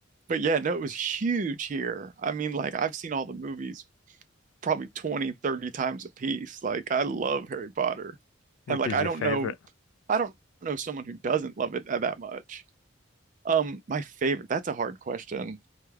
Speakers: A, on the right (about 40°); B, on the left (about 85°).
A: But yeah, no, it was huge here. I mean, like I've seen all the movies probably 20, 30 times a piece. Like I love Harry Potter.
B: Which
A: And like
B: is
A: I
B: your
A: don't
B: favorite?
A: know I don't know someone who doesn't love it that much. Um, my favorite, that's a hard question.